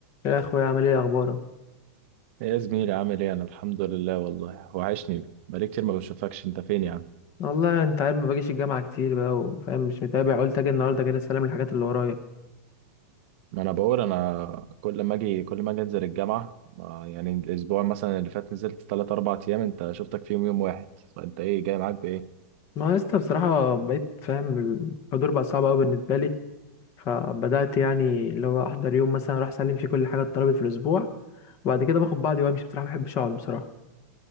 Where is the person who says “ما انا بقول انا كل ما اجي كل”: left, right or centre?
Right